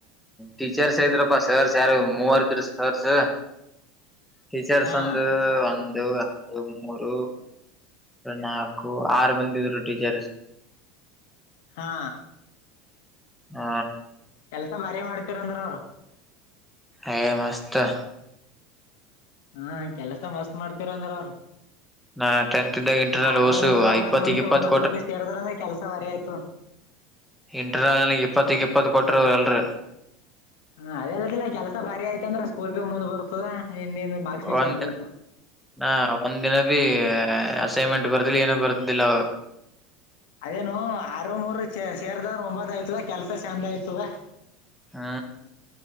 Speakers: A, in the centre; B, on the left.
A: ಟೀಚರ್ಸ್ ಇದ್ರಪ್ಪ ಸರ್ ಯಾರು ಮೂವರ್ದ್ರ ಸರ್ಸ್ ಟೀಚರ್ಸ್
B: ಹಾ
A: ಒಂದು ಒಂದು ಎರಡು ಮೂರು ನಾಲ್ಕು ಆರು ಮಂದಿ ಇದ್ರು ಟೀಚರ್ಸ್
B: ಹಾ
A: ಹ್ಮ.
B: ಕೆಲ್ಸ ಭಾರಿ ಮಾಡ್ತಿರಂದ್ರ.
A: ಏ ಮಸ್ತ.
B: ಹಾ ಕೆಲಸ ಮಸ್ತ ಮಾಡ್ತೀರಾ ಅಂದ್ರು ಅವ್ರು
A: ನಾ ಟೆಂತ್ ಇದ್ದಾಗ ಇಂಟರ್ನಲ್
B: ಆರು
A: ಓಸು
B: ಮೂರು ಒಂಬತ್
A: ಇಪ್ಪತ್ತಗ್
B: ಮಂದಿ
A: ಇಪ್ಪತ್
B: ಒಂಬತ್ ಮಂದಿ ಸೇರ್ದ್ರ ಅಂದ್ರೆ ಕೆಲ್ಸ ವರಿ ಆಯ್ತು.
A: ಇಂಟ್ರನಾದಲ್ಲಿ ಇಪ್ಪತ್ತಕ್ ಇಪ್ಪತ್ತು ಕೊಟರು ಎಲ್ರು.
B: ಹ ಅದೆೇಲ್ಲತ್ತಲ್ಲ ಕೆಲ್ಸ ಬರಿ ಆಯ್ತ ಅಂದ್ರ ಸ್ಕೂಲ್ ಬಿ ಮುಂದ್ ಬರ್ತದ. ನಿನ್ನ ಮಾರ್ಕ್ಸ್ ಬಿ ಚೆನ್ನಾಗಿ
A: ಒಂದ ದಿನ
B: ಬೀಳ್ತು
A: ನಾ ಒಂದ ದಿನದಿ. ಅಸೈನ್ಮೆಂಟ್ ಬರ್ದಿಲ್ಲ ಏನೂ ಬರ್ದದಿಲ್ಲ ಅವ.
B: ಅದೇನು ಆರು ಮೂರು ಸೇರ್ದಂದ್ರೆ ಒಂಬತ್ತು ಆಯ್ತವ ಕೆಲಸ ಚೆಂದ ಇರ್ತತ.
A: ಹಾ.